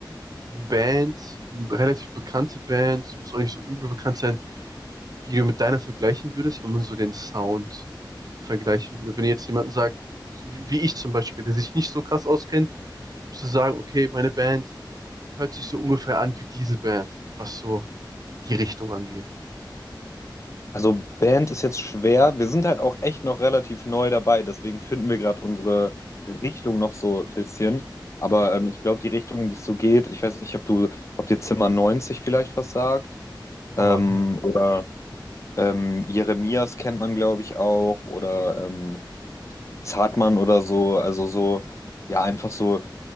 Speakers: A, on the right; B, on the left.
A: Bands, relativ bekannte Bands, muss auch nicht so übel bekannt sein, die du mit deiner vergleichen würdest, wenn man so den Sound vergleichen würde? Wenn jetzt jemanden sagt, so wie wie ich zum Beispiel, der sich nicht so krass auskennt, musst du sagen, okay, meine Band hört sich so ungefähr an wie diese Band, was so die Richtung angeht.
B: Also Band ist jetzt schwer. Wir sind halt auch echt noch relativ neu dabei. Deswegen finden wir gerade unsere Richtung noch so ein bisschen. Aber ähm, ich glaube, die Richtung, in die es so geht, ich weiß nicht, ob du, ob dir Zimmer 90 vielleicht was sagt. Ähm,
A: Oh nee.
B: oder ähm, Jeremias kennt man, glaube ich, auch. Oder ähm, Zartmann oder so, also so, ja, einfach so,